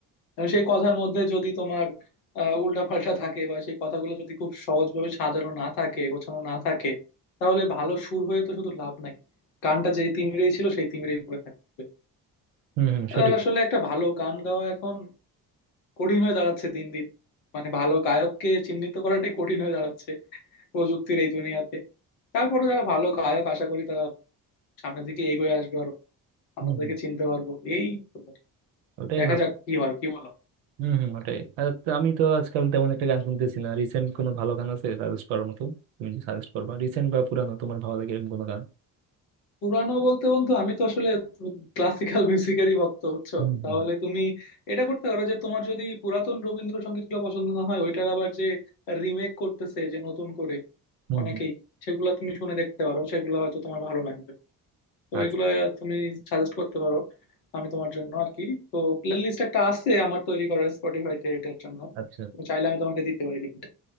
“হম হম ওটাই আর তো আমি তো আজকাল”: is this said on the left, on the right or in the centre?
Right